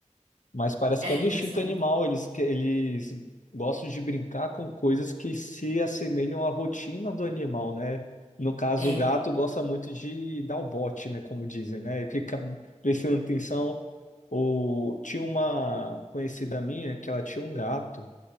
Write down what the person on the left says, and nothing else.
Mas parece
que é
do instinto animal, eles que- eles gostam de brincar com coisas que se assemelham à rotina do animal, né? No caso,
o gato gosta muito de dar o bote, né, como dizem, né? E fica prestando atenção. O... Tinha uma conhecida minha que ela tinha um gato